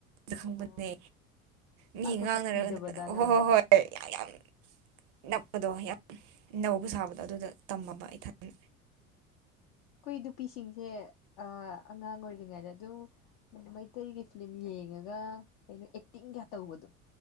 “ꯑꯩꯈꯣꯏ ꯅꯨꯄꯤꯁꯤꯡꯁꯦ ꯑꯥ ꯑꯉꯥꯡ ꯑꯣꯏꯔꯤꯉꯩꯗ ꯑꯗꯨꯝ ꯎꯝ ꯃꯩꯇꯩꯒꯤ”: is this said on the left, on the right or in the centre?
Left